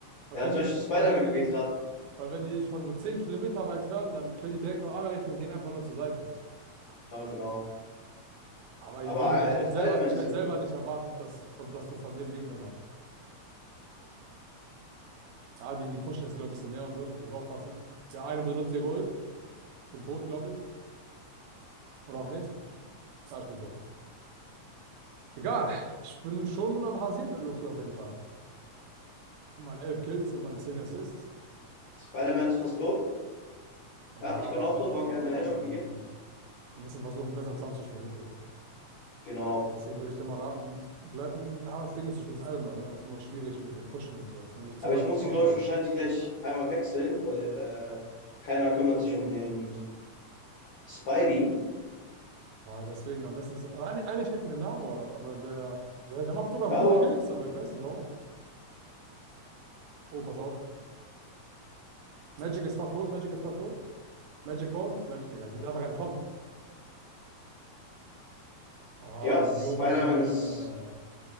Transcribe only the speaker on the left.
ja,
zum
Beispiel Spider-Man
geht
gerade.
Ja, genau.
Aber
äh,
äh,
Spider-Man
ist,
hier-
Spider-Man ist fast tot.
Ja,
ich bin auch tot. Hawkeye hat mir einen Headshot gegeben.
Genau.
Aber
ich muss
ihn, glaube
ich, wahrscheinlich gleich einmal wechseln, weil äh, keiner kümmert sich um den Spidey.
Ja,
aber
ja,
Spider-Man ist.